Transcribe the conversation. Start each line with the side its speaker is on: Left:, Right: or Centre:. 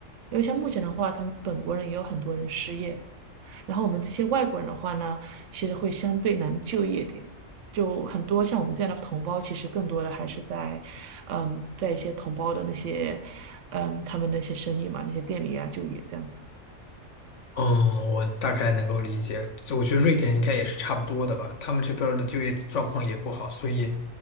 Right: 因为像目前的话，他们本国人也有很多人失业，然后我们这些外国人的话呢，其实会相对难就业点，就很多像我们这样的同胞，其实更多的还是在，嗯，在一些同胞的那些，嗯，他们那些生意嘛，那些店里啊就业这样子。
Left: 嗯，我大概能够理解。这我觉得瑞典应该也是差不多的吧，他们这边儿的就业状况也不好，所以，